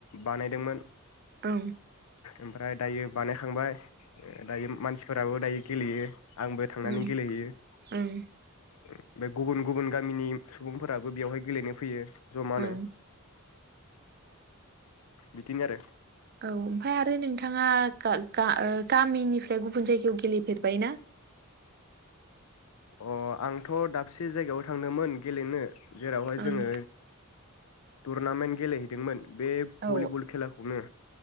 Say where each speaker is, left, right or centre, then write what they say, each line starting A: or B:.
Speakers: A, on the left; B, on the right.
A: बानायदोंमोन।
B: औ।
A: ओमफ्राय दायो बानायखांबाय। दायो मानसिफोराबो दायो। गेलेयो। आंबो थांनानै
B: ओं
A: गेलेहैयो।
B: ओं
A: <inaudible> बे गुबुन गुबुन गामिनि सुबुंफोराबो बेवहाय गेलेनो फैयो। जमानो।
B: ओं
A: <inaudible> बिदिनो आरो
B: औ ओमफ्राय आरो नोंथाङा गा गा ओ गामिनिफ्राय गुबुन जायगायाव गेलेफेरबाय ना?
A: अ आंथ' दाबसे जायगायाव थांदोंमोन गेलेनो। जेरावहाय
B: ओं
A: जोङो। टुरनामेन्ट गेलेहैदोंमोन। बे
B: औ
A: भलिबल खेलाखौनो।